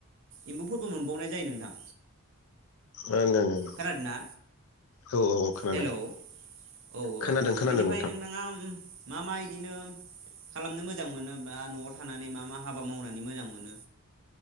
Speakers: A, on the right (about 55°); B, on the left (about 70°).
A: एम्बुफोरबो मोनबावनाय जायो नोंथां
B: ओं ओं ओं
A: खोनादोंना
B: औ औ औ खोनादों
A: हेलौ औ औ
B: खोनादों खोनादों
A: बेनिफ्राय
B: नोंथां
A: नोंथाङा मा मा इदिनो खालामनो मोजां मोनो बा न'आव थानानै मा मा हाबा मावनानै मोजां मोनो